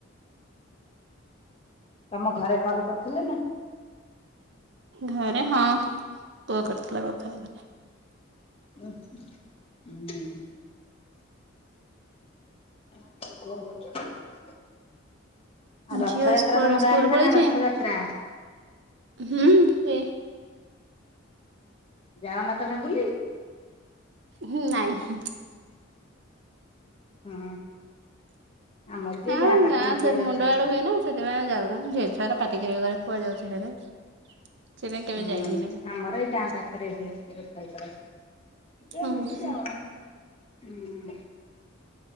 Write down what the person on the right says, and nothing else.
ଘରେ ହଁ ପୁଅ କରିଥିଲା କଥା ହେଇଥିଲି।
ଝିଅ କୁଆଡେ
ସ୍କୁଲ
ପଳେଇଛି?
ହୁଁ ହୁଏ
ହୁଁ, ନାଇଁ ହିଁ।
ହଁ
ସେ
ମୁଣ୍ଡ
ଆଡେ ହୁଏ ନା ସେଥିପାଇଁ ଆମେ ଯାଉନୁ ଝିଅ ଛୁଆଗୁରା ପାଟିି କରିବେ ଘରେ କୁଆଡେ ଯାଉଛ ସିଆଡେ। ସେଥିପାଇଁ କେବେ
ଯାଇନି ସିଆଡେ।
ହୁଁ
ହୁଁ